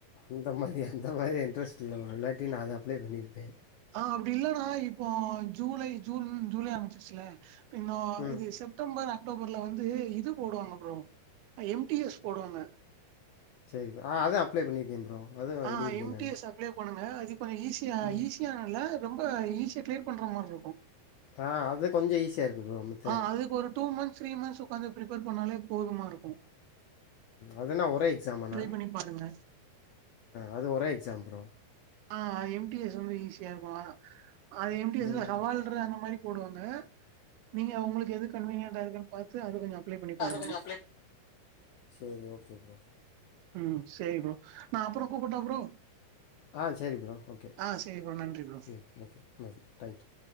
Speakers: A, on the left; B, on the right.
A: இந்த மாதிரி அந்த மாதிரி இன்ரெஸ்ட் இல்ல ப்ரோ இல்லாட்டி நா அந்த மாரி அப்ளே பண்ணியிருப்பே
B: ஆ அப்டி இல்லனா இப்போ ஜூலை ஜூன் ஜூலை ஆரம்பிச்சிச்ல இன்னு
A: ம்
B: இது செப் செப்டம்பர் அக்டோபரில வந்து இது போடுவாங்க ப்ரோ எம்டிஎஸ் போடுவாங்க
A: சரிப்ப ஆ அத அப்ளே பண்ணிருக்கே ப்ரோ அதுவு
B: ஆ
A: எழுதியிருக்கே
B: எம்டிஎஸ்
A: நானு
B: அப்ளே பண்ணுங்க அது கொஞ்ச ஈஸியா
A: ம்
B: ஈஸியானல்ல ரொம்ப ஈஸியா கிளியர் பண்ற மார்ருக்கு
A: ஆ அது கொஞ்ச ஈஸியா இருக்கு ப்ரோ மத்
B: ஆ அதுக்கு ஒரு டூ மந்த்ஸ் த்ரீ மந்த்ஸ் ஒக்காந்து பிரிப்பேர் பண்ணாலே போதுமாருக்கு
A: அதுனா ஒரே எக்ஸாமணா
B: பண்ணி பாருங்க.
A: அது ஒரே எக்ஸாம் ப்ரோ
B: ஆ எம்டிஎஸ் வந்து ஈஸியாருக்கு அது எம்டிஎஸில
A: ம்
B: ஹவால்ற அந்த மாரி போடுவாங்க நீங்க ஒங்களுக்கு எது கன்வீனியன்டா இருக்குன் பாத்து அது கொஞ்ச அப்ளை பண்ணி
A: அத
B: பாருங்க.
A: கொஞ்ச அப்ளைப் சரி ஓகே ப்ரோ
B: ம் சேரி ப்ரோ நா அப்புற கூப்பட்டா ப்ரோ
A: ஆ சேரி ப்ரோம் ஓகே
B: ஆ சரி ப்ரோ. நன்றி ப்ரோ.
A: ம் ஓகே ம் டாங்க்யூ